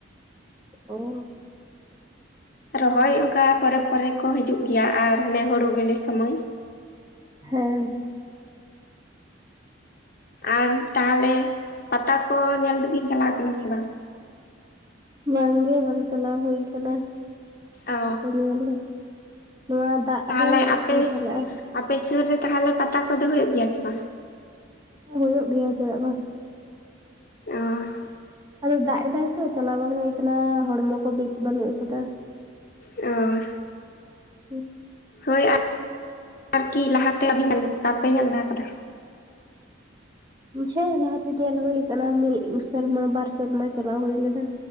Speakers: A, on the right; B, on the left.
A: ᱚᱻ ᱾
B: ᱨᱚᱦᱚᱭ ᱚᱱᱠᱟ ᱯᱚᱨᱮ ᱯᱚᱨᱮ ᱠᱚ ᱦᱤᱡᱩᱜ ᱜᱮᱹᱭᱟ ᱟᱨ ᱦᱟᱱᱮ ᱦᱩᱲᱩ ᱵᱤᱞᱤ ᱥᱢᱚᱭ᱾
A: ᱦᱮᱸ᱾
B: ᱟᱨ ᱛᱟᱦᱚᱞᱮ ᱯᱟᱛᱟ ᱠᱚ ᱧᱮᱞ ᱫᱚᱸᱵᱤᱱ ᱪᱟᱞᱟᱜ ᱠᱟᱱᱟ ᱥᱮ ᱵᱟᱝ?
A: ᱵᱟᱝ ᱜᱮ ᱵᱟᱝ ᱪᱟᱞᱟᱣ ᱦᱩᱭ ᱟᱸᱠᱟᱱᱟ ᱯᱟᱛᱟ
B: ᱚ
A: ᱠᱚ ᱧᱮᱞ ᱫᱚ᱾ ᱱᱚᱣᱟ ᱫᱟᱜ
B: ᱛᱟᱦᱚᱸᱞᱮ
A: ᱨᱮ
B: ᱟᱸᱯᱮ
A: ᱚᱠᱚᱭ ᱪᱟᱞᱟᱜᱼᱟ
B: ᱟᱸᱯᱮ ᱥᱩᱨ ᱨᱮ ᱛᱟᱦᱚᱸᱞᱮ ᱯᱟᱛᱟ ᱠᱚᱫᱚᱹ ᱦᱩᱭᱩᱜ ᱜᱮᱹᱭᱟ ᱥᱮ ᱵᱟᱝ?
A: ᱦᱩᱭᱩᱜ ᱜᱮᱹᱭᱟ ᱪᱮᱫᱟᱜ ᱵᱟᱝ᱾
B: ᱚ᱾
A: ᱟᱸᱫᱚ ᱫᱟᱜ ᱮᱫᱟᱭ ᱛᱚ ᱪᱟᱞᱟᱣ ᱵᱟᱝ ᱦᱩᱭ ᱠᱟᱱᱟᱹ ᱦᱚᱲᱢᱚ ᱵᱮᱥ ᱵᱟᱹᱱᱩᱜ ᱟᱸᱠᱟᱫᱟ᱾
B: ᱚ᱾
A: ᱦᱩᱸ
B: ᱦᱳᱭ ᱟᱨ ᱟᱨᱠᱤ ᱞᱟᱦᱟᱸᱛᱮ ᱟᱵᱤᱱ <unintelligible> ᱵᱟᱲᱟ ᱠᱟᱫᱟ᱾
A: ᱦᱮᱸ ᱞᱟᱦᱟᱸᱛᱮ ᱧᱮᱞ ᱦᱩᱭ ᱟᱸᱠᱟᱱᱟ ᱢᱤᱫ ᱥᱮᱨᱢᱟ ᱵᱟᱨ ᱥᱮᱨᱢᱟ ᱪᱟᱞᱟᱣ ᱦᱩᱭᱞᱮᱱᱟ᱾